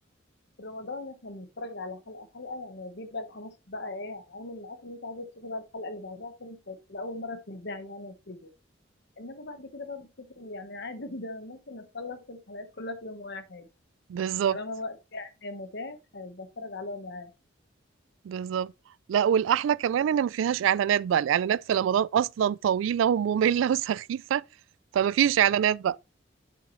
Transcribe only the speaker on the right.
بالظبط
بالظبط لا والاحلى كمان ان ما فيهاش اعلانات بقى الاعلانات في رمضان اصلا طويلة ومملة <laughs> وسخيفة فما فيش اعلانات بقى